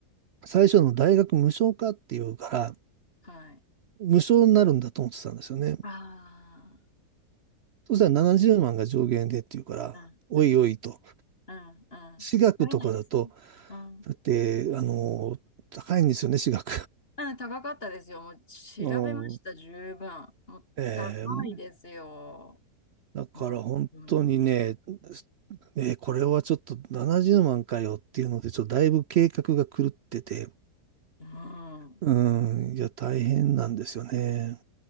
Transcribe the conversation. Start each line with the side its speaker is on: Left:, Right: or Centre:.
Right: 最初の大学無償化っていうから、
Left: はい。
Right: 無償になるんだと思ってたんですよね。
Left: あ
Right: そしたら70万が上限でっていうから、
Left: あ、
Right: おいおいと。
Left: うん、うん、うん、うん。
Right: 私学とかだと、
Left: 足りないですね。うん。
Right: だって、あのー高いんですよね、私学。
Left: うん、高かったですよ。もう調べました、
Right: <laughs> うん。
Left: 十分。もう高いですよ。
Right: <laughs> ええだから本当にね、
Left: 本当に。
Right: えーこれはちょっと70万かよっていうので、ちょっとだいぶ計画が狂ってて、
Left: うん。
Right: うん、いや、大変なんですよね。